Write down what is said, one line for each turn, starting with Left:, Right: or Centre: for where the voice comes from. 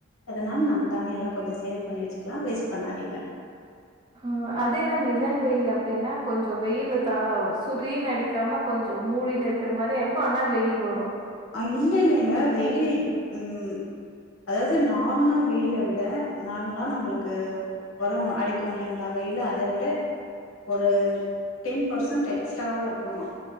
Left: அதனால நம்ம தண்ணி எல்லா கொஞ்சோ சேவ் பண்ணி வச்சுக்கலா வேஸ்ட் பண்ணாதீங்க
Right: ஆ அது என்ன நிழல் வெயில் அப்டின்னா கொஞ்சோ வெயில் த சுரீனு அடிக்காம கொஞ்சோ மூடி நிர் இருக்கற மாரியே இருக்கு ஆனா வெயில் வரு
Left: அ இல்ல இல்லங்க வெயில் ம் அதாவது நார்மல் வெயில விட நார்மலா நம்மளுக்கு எவ்ளோ அடிக்கு இல்லைங்களா வெயிலு அத விட ஒரு டென் பர்சன்ட் எக்ஸ்ட்ராவா இருக்குமா